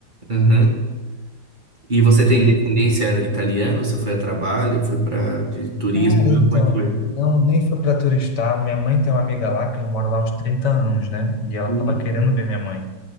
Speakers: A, on the right; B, on the left.
A: Uhum. E você tem
B: E,
A: descendência italiana? Você foi a trabalho? Foi para de turismo?
B: cara,
A: né?
B: então,
A: Como é que foi?
B: não, nem foi para turistar. Minha mãe tem uma amiga lá que já mora lá há uns 30 anos, né? E ela
A: Uhum.
B: tava querendo ver minha mãe.